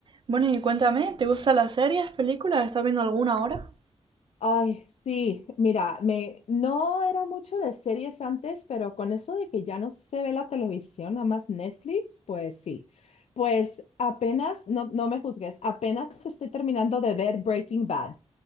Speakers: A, on the right (about 45°); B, on the left (about 65°).
A: Bueno, y cuéntame, ¿te gustan las series, películas? ¿Estás viendo alguna ahora?
B: Ay, sí, mira, me no era mucho de series antes, pero con eso de que ya no se ve la televisión, nada más Netflix, pues sí. Pues apenas, no, no me juzgues, apenas estoy terminando de ver Breaking Bad.